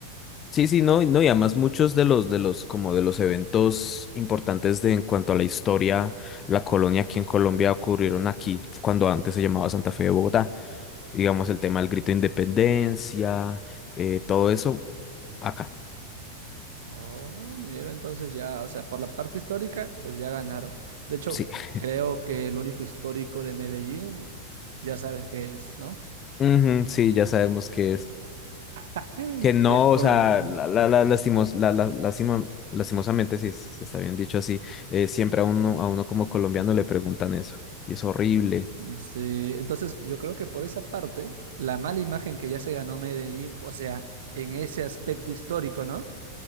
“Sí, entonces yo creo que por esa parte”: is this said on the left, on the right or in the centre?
Right